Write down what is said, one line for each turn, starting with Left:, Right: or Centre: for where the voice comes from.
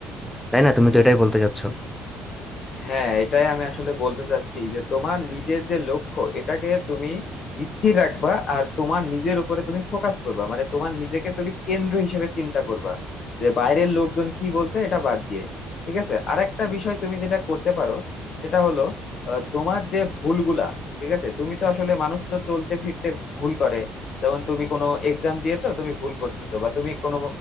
Centre: তাই না তুমি তো এটাই বলতে চাচ্ছ
Left: হ্যাঁ এটাই আমি আসলে বলতে চাচ্ছি যে তোমার নিজের যে লক্ষ্য এটাকে তুমি স্থির রাখবা আর তোমার নিজের উপরে তুমি ফোকাস করবা মানে তোমার নিজেকে তুমি কেন্দ্র হিসেবে চিন্তা করবা যে বাইরের লোকজন কি বলছে এটা বাদ দিয়ে ঠিক আছে আরেকটা বিষয় তুমি যেটা করতে পারো সেটা হলো আহ, তোমার যে ভুলগুলা ঠিক আছে তুমি তো আসলে মানুষ তো চলতে ফিরতে ভুল করে যেমন তুমি কোনো এক্সাম দিয়েছো তুমি ভুল করতেছো বা তুমি কোনো